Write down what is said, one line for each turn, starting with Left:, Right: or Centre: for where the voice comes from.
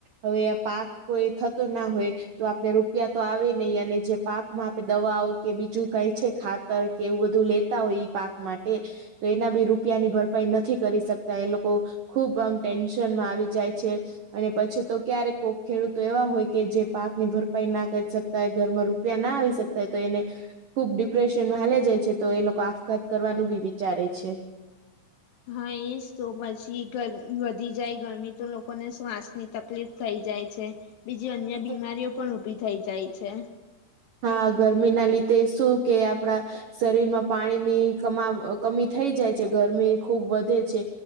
Right: હવે આ પાક કોઈ થતો જ ના હોય તો આપણે રૂપિયા તો આવે નહી. અને જે પાકમાં આપે દવાઓ કે બીજું કઈ છે ખાતર કે એવું બધું લે લેતા હોય પાક માટે તો એના બી રૂપિયાની ભરપાઈ નથી કરી શકતા. એ લોકો ખુબ આમ ટેન્શનમાં આવી જાય છે. અને પછી તો ક્યારેક કોક ખેડૂતો એવા હોય કે જે પાક ની ભરપાઈ ના કરી શક તા ઘરમાં રૂપિયા ના આવી શકતા તો એને ખુબ ડિપ્રેશનમાં હાલિયા જાય છે. તો એ લોકો આપઘાત કરવાનું બી વિચારે છે.
Left: હા એ જ પછી વધી જાય ગરમી તો લોકોને શ્વાસ ની તકલીફ થઈ જાય છે. બીજી અન્ય
Right: છે.
Left: બીમારીઓ પણ ઉભી થઈ જાય છે.
Right: હા. ગરમી ના લીધે શું કે આપણા શરીર માં પાણીની કમી થઈ જાય છે. ગરમી ખુબ વધે છે.